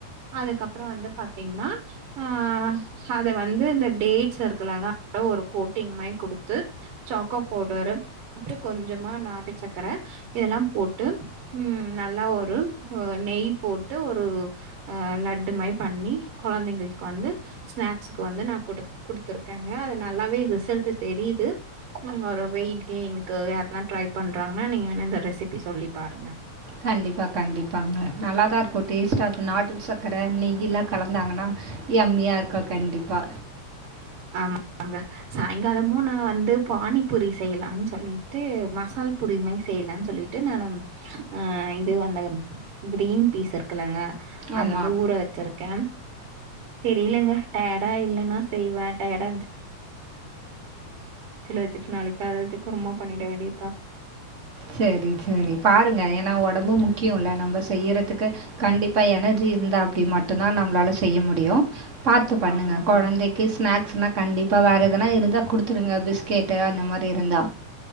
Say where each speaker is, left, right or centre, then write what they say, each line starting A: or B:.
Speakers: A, on the right; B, on the right.
A: அதுக்கப்புறோ வந்து பாத்தீங்ன்னா அ அது வந்து இந்த டேட்ஸ் இருக்கலங்க அத ஒரு கோட்டிங் மாரி குடுத்து சாக்கோ பவுடரு அப்றோ கொஞ்சமா நாட்டு சக்கர இது எல்லா போட்டு ம் நல்லா ஒரு அ நெய் போட்டு ஒரு அ லட்டு மாயி பண்ணி குழந்தைங்ளுக் வந்து ஸ்நாக்ஸுக்கு வந்து நா குடு குடுத்துருக்கேங்க அது நல்லாவே ரிசல்டு தெரியிது ம் ஒரு வெயிட் கெய்னுக்கு யார்னா ட்ரை பண்றாங்கன்னா நீங்க வேணா இந்த ரெசிபி சொல்லி பாருங்க
B: கண்டிப்பா கண்டிப்பாங்க நல்லாதா இருக்கு டேஸ்ட்டா இருக்கு நாட்டு சர்க்கர நெய்யில்லா கலந்தாங்கனா யம்மிய இருக்கு கண்டிப்பா
A: ஆமாங்க சாய்ங்காலமு நா வந்து பானிபூரி செய்யலான் சொல்லிட்டு மசால் புரிமாற் செய்யலான் சொல்லி ட்டு நானு அ இது அந்த கிரீன் பீஸ் இருக்குலங்க
B: ஆமா.
A: அது வந்து ஊற வெச்சிருக்கே தெரியலெங்க டய்டா இல்லனா செய்வே டயடா இந்ச் ஃப்ரிட்ஜில வெச்சுட்டு நாளைக் கால வெச்சி குருமா பண்ணிட வேண்டியதா
B: செரி செரி பாருங்க ஏனா ஒடம்பு முக்கியுல்ல நம்ப செய்யறதுக்கு கண்டிப்பா எனர்ஜி இருந்தா அப்டி மட்டுதா நம்மளால செய்ய முடியு பாத்து பண்ணுங்க
A: ஆமாங்க.
B: குழந்தைக் கு ஸ்நாக்ஸ்னா கண்டிப்பா வேற எதனா இருந்தா குடுத்துடுங்க பிஸ்கெட்டு அந்த மாரி இருந்தா